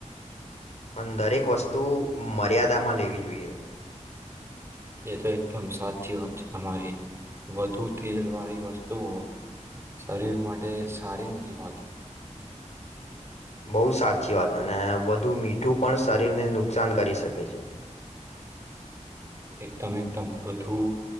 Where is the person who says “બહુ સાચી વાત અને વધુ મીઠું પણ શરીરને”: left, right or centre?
Left